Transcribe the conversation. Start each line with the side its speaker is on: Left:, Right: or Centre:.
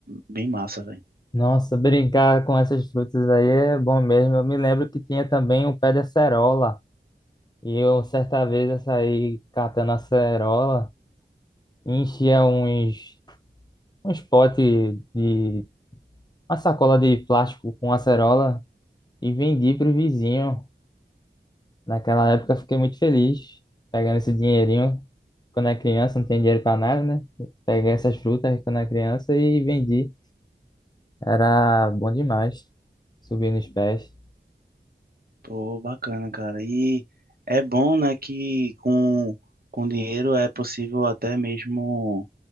Right: bem massa, velho.
Left: Nossa, brincar com essas frutas aí é bom mesmo. Eu me lembro que tinha também o pé de acerola. E eu, certa vez, eu saí catando acerola e enchia uns, uns potes de uma sacola de plástico com acerola e vendi para o vizinho. Naquela época, eu fiquei muito feliz pegando esse dinheirinho. Quando é criança, não tem dinheiro para nada, né? Peguei essas frutas quando é criança e vendi. Era bom demais, subir nos pés.
Right: Pô, bacana, cara. E é bom, né, que com, com dinheiro é possível até mesmo